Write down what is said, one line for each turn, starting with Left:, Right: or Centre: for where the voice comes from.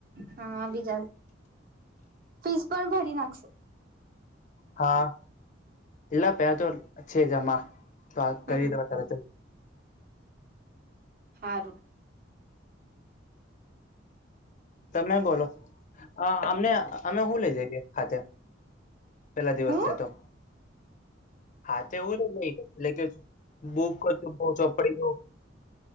Right: હા બીજ. ફીસ પણ ભરી નાખશે.
Left: હા એટલા પે તો છે જમા. તો આ કરી
Right: હમ
Left: દેવા તાર.
Right: હારું.
Left: તમે બોલો. હા. અમને અમે હું લઇ જઈએ ખાતે. પેલા દિવસ
Right: હું
Left: છે તો. હા તો એવું ન જઈ એટલે કે બૂકું ચો પડી